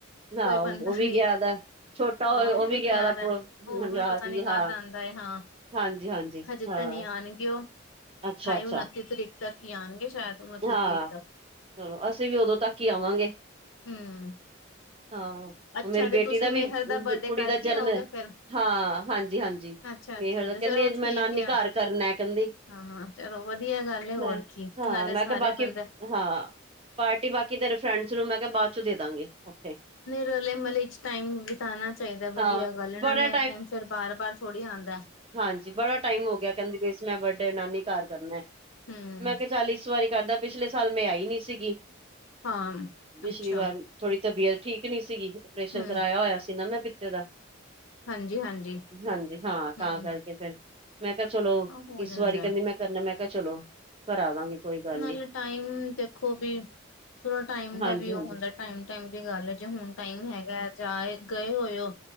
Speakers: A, on the right; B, on the left.
A: ਨਾ
B: ਕੋਈ
A: ਉਹ
B: ਬੰਦਾ
A: ਉਹ ਵੀ
B: ਨੀ।
A: ਗਿਆ ਦਾ ਛੋਟਾ
B: ਹਾਂ। ਉਹ ਵੀ ਗਿਆ ਦਾ
A: ਪ-
B: ਉਹ
A: ਮਨਰਾਜ
B: ਵੀ ਪਤਾ ਨੀ ਕਾਦ
A: ਹਾਂ
B: ਆਉਂਦਾ ਹੈ। ਹਾਂ।
A: ਹਾਂਜੀ ਹਾਂਜੀ
B: ਹਜੇ
A: ਹਾਂ
B: ਤਾਂ ਨਹੀਂ ਆਉਣਗੇ। ਉਹ ਅਠਾਈ-
A: ਅੱਛਾ ਅੱਛਾ
B: ਉਨੱਤੀ ਤਰੀਕ ਤੱਕ ਹੀ ਆਉਣਗੇ, ਸ਼ਾਇਦ। ਉਨੱਤੀ
A: ਹਾਂ,
B: ਤਰੀਕ ਤੱਕ
A: ਹੂੰ ਅਸੀਂ ਵੀ ਉਦੋਂ ਤੱਕ ਹੀ ਆਵਾਂਗੇ।
B: ਹੂੰ
A: ਹਾਂ।
B: ਅੱਛਾ
A: ਹੁਣ ਮੇਰੀ ਬੇਟੀ
B: ਤੇ ਤੁਸੀਂ
A: ਦਾ ਵੀ
B: ਮੇਹਰ ਬਰਡੇ
A: ਕੁੜੀ
B: ਕਰਕੇ
A: ਦਾ ਜਨਮ
B: ਆਓਗੇ
A: ਹੈ।
B: ਫੇਰ
A: ਹਾਂ। ਹਾਂਜੀ- ਹਾਂਜੀ
B: ਅੱਛਾ
A: ਮੇਹਰ
B: ਅੱਛਾ ਅੱਛਾ
A: ਕੇਹਂਦੀ,
B: ਚਲੋ
A: ਅੱਜ
B: ਠੀਕ
A: ਮੈਂ ਨਾਨੀ
B: ਹੈ
A: ਘਰ ਕਰਨਾ ਕਹਿੰਦੀ।
B: ਹਾਂ- ਹਾਂ, ਚਲੋ ਵਧੀਆ ਗੱਲ ਹੈ।
A: ਮੈਂ
B: ਹੋਰ ਕੀ
A: ਹਾਂ
B: ਨਾਲੇ
A: ਮੈਂ
B: ਸਾਰੇ
A: ਬਾਕੀ
B: ਬੰਦੇ
A: ਹਾਂ, ਪਾਰਟੀ ਬਾਕੀ ਤੇਰੇ ਫਰੈਂਡਸ ਨੂੰ ਮੈਂ ਕਿਹਾ, ਬਾਅਦ ਚ' ਦੇ ਦਾਂਗੇ ਓਥੇ।
B: ਰਲੇਮਲੇ ਚ' ਟਾਈਮ ਬੀਤਾਂਣਾ ਚਾਹੀਦਾ।
A: ਹਾਂ
B: ਵਧੀਆ ਗੱਲ ਹੈ
A: ਬੜਾ
B: ਨਾ ਲੈਨ- ਦੇਣ ਫਿਰ ਬਾਰ- ਬਾਰ ਥੋੜ੍ਹੀ ਆਦਾ।
A: ਹਾਜੀ। ਬੜਾ ਟਾਈਮ ਹੋ ਗਿਆ। ਕਹਿੰਦੀ ਪਈ ਸੀ, ਮੈਂ ਬਰਡੇ ਨਾਨੀ ਘਰ ਕਰਨੈ।
B: ਹੂੰ
A: ਮੈਂ ਕਿਹਾ, ਚੱਲ ਇਸ ਵਾਰੀ ਕਰਦਾ, ਪਿਛਲੇ ਸਾਲ ਮੈਂ ਆਈ ਨੀ ਸੀਗੀ।
B: ਹਾਂ
A: ਪਿਛਲੀ
B: ਅੱਛਾ
A: ਵਾਰ। ਥੋੜ੍ਹੀ ਤਬੀਅਤ ਠੀਕ ਨੀ ਸੀਗੀ। ਪਰੇਸ਼ਨ
B: ਹੂੰ
A: ਕਰਵਾਾਇਆ ਹੋਇਆ ਸੀ ਨਾ, ਮੈਂ ਪਿੱਤੇ ਦਾ।
B: ਹਾਂਜੀ ਹਾਂਜੀ
A: ਹਾਂਜੀ ਹਾਂ, ਤਾਂ
B: ਹੂੰ
A: ਕਰਕੇ ਫਿਰ ਮੈਂ ਕਿਹਾ, ਚਲੋ
B: ਹੋ
A: ਇਸ
B: ਜਾਂਦਾ
A: ਵਾਰੀ ਕਹਿੰਦੀ ਮੈਂ ਕਰਨਾ। ਮੈਂ ਕਿਹਾ ਚਲੋ, ਕਰਾ ਦਾਂਗੀ ਕੋਈ ਗੱਲ
B: ਨਾਲੇ
A: ਨੀ
B: ਟਾਈਮ ਦੇਖੋ ਬੀ। ਥੋੜ੍ਹਾ ਟਾਈਮ
A: ਹਾਂਜੀ
B: ਦਾ ਵੀ
A: ਹਾਂਜੀ
B: ਉਹ ਹੁੰਦਾ। ਟਾਈਮ - ਟਾਈਮ ਦੀ ਗੱਲ। ਜੇ ਹੁਣ ਟਾਈਮ ਹੈਗਾ, ਜਾ ਗਏ ਹੋਏ ਹੋ।